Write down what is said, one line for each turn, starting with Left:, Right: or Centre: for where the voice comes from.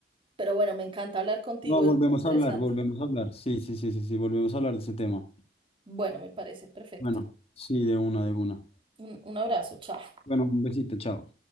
Right: Pero bueno, me encanta hablar contigo,
Left: No, volvemos
Right: es muy interesante.
Left: a hablar, volvemos a hablar. Sí, sí, sí, sí, sí, volvemos
Right: Sí.
Left: a hablar de ese tema.
Right: Bueno, me parece perfecto.
Left: Bueno, sí, de una, de una.
Right: Un, un abrazo, chao.
Left: Bueno, un besito, chao.